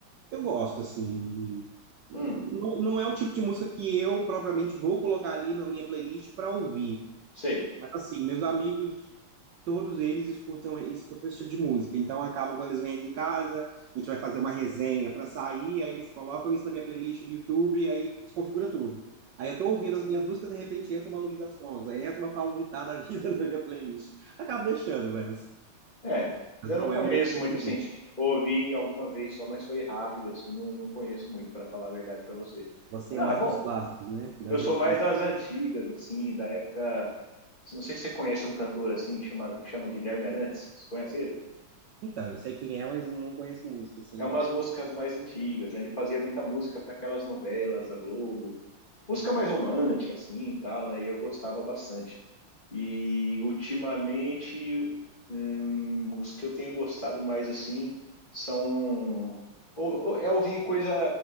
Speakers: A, on the right (about 70°); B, on the left (about 25°).
A: Eu gosto, assim. Não,
B: Hum,
A: não é o tipo de música que eu propriamente vou colocar ali na minha playlist para ouvir.
B: sei.
A: Mas assim, meus amigos, todos eles escutam, escutam esse tipo de música. Então acabam quando eles vêm aqui em casa, a gente vai fazer uma resenha para sair, aí eles colocam isso na minha playlist do YouTube, aí desconfigura tudo. Aí eu tô ouvindo as minhas músicas, de repente entra uma Luísa Sonza, aí entra uma Paulo Vittar da vida <laughs> na minha playlist. Acabo deixando, mas,
B: É,
A: mas
B: eu
A: não
B: não conheço
A: é o meu estilo
B: muito
A: de
B: assim.
A: música.
B: Ouvi alguma vez só, mas foi rápido, assim, não, não conheço muito, para falar a verdade para você.
A: Você
B: Mas,
A: é
B: ah,
A: mais
B: bom,
A: dos clássicos, né? Das
B: eu sou
A: antigas.
B: mais das antigas, assim, da época. Não sei se você conhece um cantor assim, chama, chama Guilherme Arantes. Você conhece ele?
A: Então, eu sei quem é, mas não conheço música, assim.
B: é umas músicas mais antigas, né? Ele fazia muita música para aquelas novelas da Globo, música mais romântica, assim, e tal, né? E eu gostava bastante. E ultimamente, hum, os que eu tenho gostado mais, assim, são... Ou, ou- é ouvir coisa